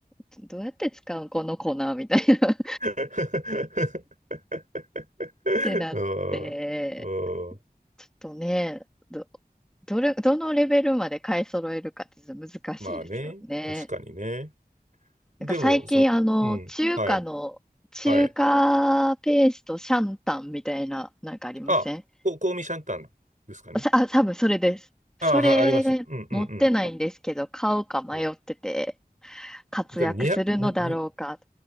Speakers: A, in the centre; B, on the right (about 55°).
A: す。どうやって使うこの粉みたいな <laughs>。っ
B: <laughs> う
A: てなって、
B: ん。うん。
A: ちょっとね、ど、どれ、どのレベルまで買い揃えるかってちょっと難しいですよね。
B: まあね。確かにね。
A: なんか最近、
B: でも、そ、
A: あの、
B: うん。
A: 中華の、
B: はい。
A: 中華ペーストシャンタンみたいな、
B: はい。
A: なんかありません
B: あ、こ香味シャンタンですかね。
A: さ、あ、多分それです。
B: ああ、
A: それ持ってないんですけど、
B: はいあります。うんうんうん。
A: 買うか迷ってて、
B: うん
A: 活躍するのだろうか。
B: で200にに